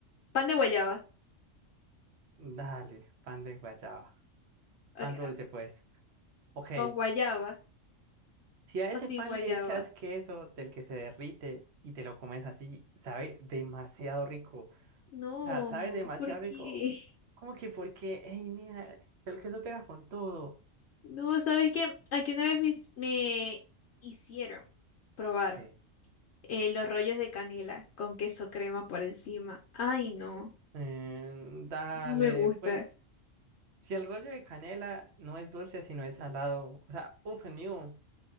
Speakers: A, on the left; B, on the right.
A: pan de guayaba.
B: Dale, pan de guayaba.
A: Ok,
B: Pan dulce,
A: ah,
B: pues. Ok,
A: Con guayaba
B: si a ese
A: o sin
B: pan
A: guayaba.
B: le echas queso del que se derrite y te lo comes así, sabe demasiado rico.
A: No,
B: O sea, sabe demasiado
A: ¿por
B: rico.
A: qué?
B: Como que porque, ey, niña, el queso pega con todo.
A: No, ¿sabes qué? Aquí una vez me, hic- me hicieron probar
B: ¿Qué?
A: eh, los rollos de canela con queso crema por encima. Ay, no,
B: Em, dale,
A: no me gusta.
B: pues, si el rollo de canela no es dulce, sino es salado. O sea, uff, el mío.